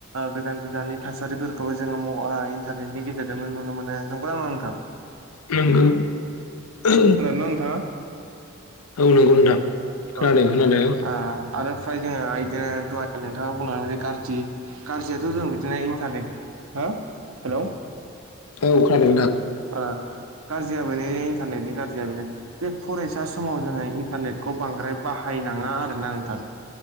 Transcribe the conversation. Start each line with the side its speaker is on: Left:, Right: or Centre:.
Right: गोजान गोजाननि थासारिफोरखौबो जोङो मबाइल इन्टारनेटनि गेजेरजोंनो नुनो मोनो नंगौ ना नङा नोंथां?
Left: औ औ नंगौ औ
Right: खोनादोंना नोंथाङा
Left: नंगौ नोंथां। खोनादों
Right: अ
Left: खोनादों
Right: आरो फ्राय जोङो बिदिनो नोंथाङा बुंनानै बि गाज्रि। गाज्रियाथ' जों बिदिनो इन्टारनेट हो हेलौ।
Left: औ खानादों नोंथां।
Right: अ गाज्रिया बेनो इन्टारनेटनि गाज्रिया बेनो बे फरायसा समाव जोङो इन्टारनेटखौ बांद्राय बाहायो। नाङा आरोना नोंथां।